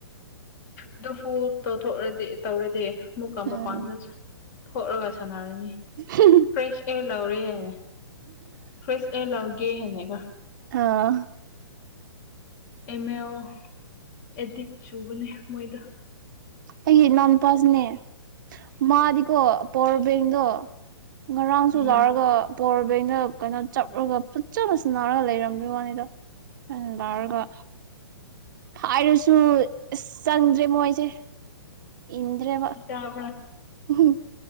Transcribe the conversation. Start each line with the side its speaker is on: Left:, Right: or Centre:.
Left: ꯑꯗꯨꯐꯨ ꯇꯧꯊꯣꯛꯗꯤ ꯇꯧꯔꯗꯤ ꯑꯃꯨꯛꯀ ꯃꯄꯥꯟꯗ
Right: ꯎꯝ
Left: ꯊꯣꯛꯂꯒ ꯁꯥꯟꯅꯔꯅꯤ
Right: ꯎꯝ
Left: ꯐ꯭ꯔꯦꯁ ꯑꯦꯌꯔ ꯂꯧꯔꯦ ꯍꯥꯏꯅꯦ ꯐ꯭ꯔꯦꯁ ꯑꯦꯌꯔ ꯂꯧꯒꯦ ꯍꯥꯏꯅꯦꯀꯣ
Right: ꯑ
Left: ꯑꯦꯝ ꯑꯦꯜ ꯑꯦꯗꯤꯛ ꯆꯨꯕꯅꯦ ꯃꯣꯏꯗ
Right: ꯑꯩ ꯅꯣꯟꯄꯥꯥꯁꯅꯦ ꯃꯥꯗꯤꯀꯣ ꯄꯣꯔꯕꯦꯡꯗꯣ ꯉꯔꯥꯡꯁꯨ
Left: ꯎꯝ
Right: ꯂꯥꯔꯒ ꯄꯋꯥꯔ ꯕꯦꯡꯗ ꯀꯩꯅꯣ ꯆꯞꯂꯒ ꯐꯠꯆ ꯐꯁ ꯅꯥꯔꯒ ꯂꯩꯔꯝꯃꯤ ꯋꯥꯅꯤꯗꯣ ꯂꯥꯎꯔꯒ ꯍꯥꯏꯔꯁꯨ ꯑꯁ ꯆꯪꯗ꯭ꯔꯦ ꯃꯣꯏꯁꯦ ꯏꯗ꯭ꯔ
Left: ꯇ
Right: ꯎꯝ